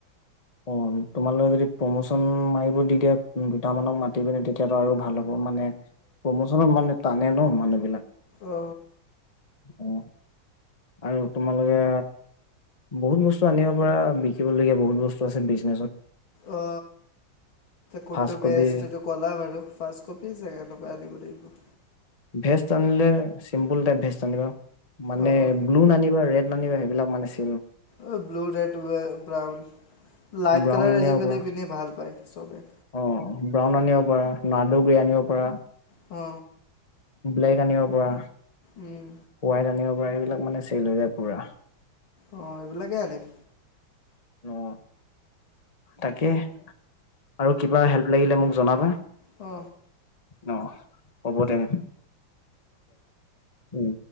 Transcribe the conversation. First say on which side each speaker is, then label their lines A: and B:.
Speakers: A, on the left; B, on the left.
A: অ' তোমালোকে যদি প্ৰমোচন মাৰিব দি দিয়া দুটামানক মাতি পিনে তেতিয়াতো আৰু ভাল হ'ব। মানে প্ৰমোচন মানে। টানে ন মানুহবিলাক।
B: অ।
A: অ। আৰু তোমালোকে, বহুত বস্তু আনিব পাৰা। বিকিবলগীয়া বহুত বস্তু। বিজনেজত।
B: অ। কোনটো
A: ফাৰ্ষ্ট কবি
B: বেষ্ট এইটো ক'লা বাৰু। ফাষ্টকপি যে, এনেকুৱা আনিব লাগিব।
A: ভেস্ত আনিলে চিম্পুল টাইপ ভেস্ত আনিবা। মানে
B: অঁ
A: ব্লু নানিবা, ৰেড ননিবা সেইবিলাক মানে ছে
B: অ, ব্লু ৰেড বা ব্ৰাউন। লাইট
A: ব্ৰাউন
B: কালাৰ
A: আনিব
B: আজিকালি
A: পৰা
B: পিন্ধি ভাল পায়। চবে।
A: অ। ব্ৰাউন আনিব পাৰা, নাৰ্ডু গ্ৰে আনিব পাৰা।
B: অ।
A: ব্লেক আনিব পাৰা। হোৱাইট
B: উম
A: আনিব পুৰা এইবিলাক মানে চেল হৈ যায় পুৰা।
B: অ এইবিলাকেই আনিম।
A: অ তাকে। আৰু কিবা হেল্প লাগিলে মোক জনাবা।
B: অ।
A: ন হ'ব তেনে উম।